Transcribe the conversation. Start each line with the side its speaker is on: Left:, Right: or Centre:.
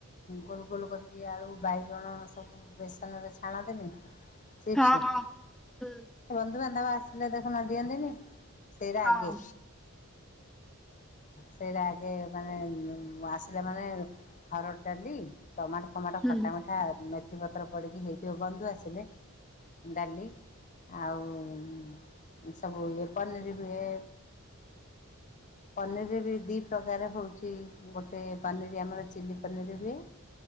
Left: ଗୋଲ ଗୋଲ କରିକି ଆଳୁ ବାଇଗଣ ସବୁ ବେସନରେ ଛାଣନ୍ତିନି ଚିପ୍ସ।
Centre: ହଁ ହଁ ହୁଁ
Left: ବନ୍ଧୁ ବାନ୍ଧବ ଆସିଲେ ଦେଖୁନ ଦିଅନ୍ତିନି। ସେଇରା
Centre: ହଁ
Left: ଆଗେ। ସେଇରା ଆଗେ ମାନେ ଆସିଲେ ମାନେ ହରଡ଼ ଡାଲି ଟମାଟୋ ଫମାଟୋ
Centre: ହୁଁ
Left: ଖଟା ମିଠା ମେଥିପତ୍ର ପଡ଼ିକି ହେଇଥିବ ବନ୍ଧୁ ଆସିଲେ। ଡାଲି। ଆଉ ସବୁ ଇଏ ପନିର ବି ହୁଏ। ପନିରିବି ଦୁଇ ପ୍ରକାର ହେଉଛି ଗୋଟେ ପନିର ଆମର ଚିଲ୍ଲିପନିର ହୁଏ।